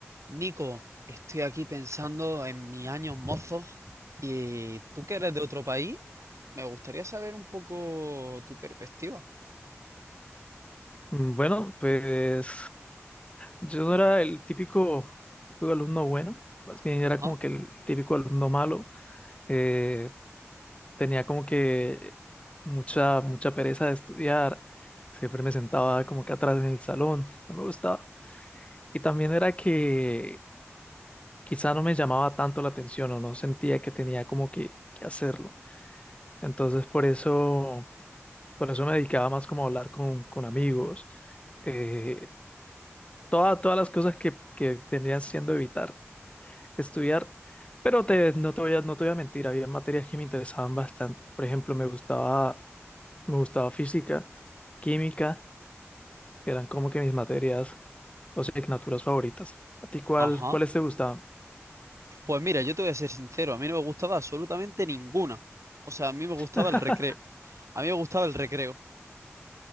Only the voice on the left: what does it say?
Mm, Bueno, pues yo no era el típico, típico alumno bueno, más bien era
como que el típico alumno malo. eh, tenía como que mucha, mucha pereza de estudiar, siempre me sentaba como que atrás en el salón, no me gustaba. Y también era que quizá no me llamaba tanto la atención o no sentía que tenía como que, que hacerlo. Entonces por eso, por eso me dedicaba más como a hablar con, con amigos. eh, toda- todas las cosas que, que vendrían siendo evitar estudiar, pero te, no te voy a, no te voy a mentir, había materias que me interesaban bastante. Por ejemplo, me gustaba, me gustaba física, química, eran como que mis materias o asignaturas favoritas. ¿A ti cuál,
cuáles te gustaban?
<laughs>